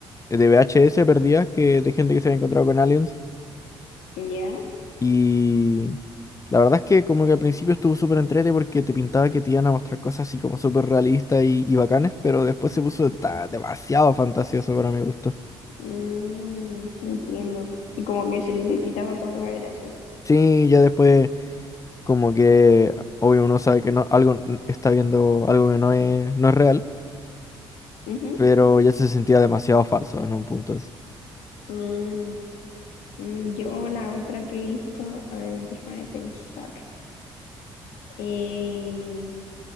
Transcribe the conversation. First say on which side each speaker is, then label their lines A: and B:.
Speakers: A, on the left (about 25°); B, on the left (about 80°).
A: de VHS perdidas que de gente que se había encontrado con aliens.
B: Ya.
A: Y la verdad es que como que al principio estuvo súper entrete porque te pintaba que te iban a mostrar cosas así como súper realistas y, y bacanes, pero después se puso ta- demasiado fantasioso para mi gusto.
B: Mm, entiendo. Y como que se le quitaba toda la gracia.
A: Sí, ya después como que obvio uno sabe que no, algo n- está viendo algo que no es, no es real,
B: Ujú.
A: pero ya se sentía demasiado falso en un punto así.
B: Mm, mm, yo la otra que he visto, a ver, déjame pensar. Em,